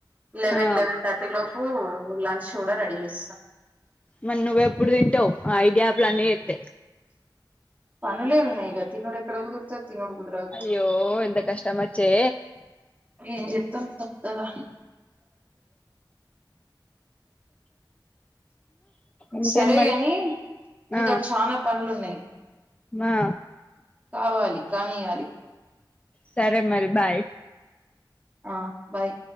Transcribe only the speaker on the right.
లెవెన్
లెవెన్ థర్ టి లోపు లంచ్ కూడా రడీ చేస్త
పనులే ఉన్నయిగా తినుడు ఎక్కడ కుదురుతది? తినుడు కుదరదు
ఏం చెత్తం తప్తదా
సరే
గాని నీతోటి
చానా పనులు ఉన్నయి.
కావాలి కానీయాలి
ఆ బాయ్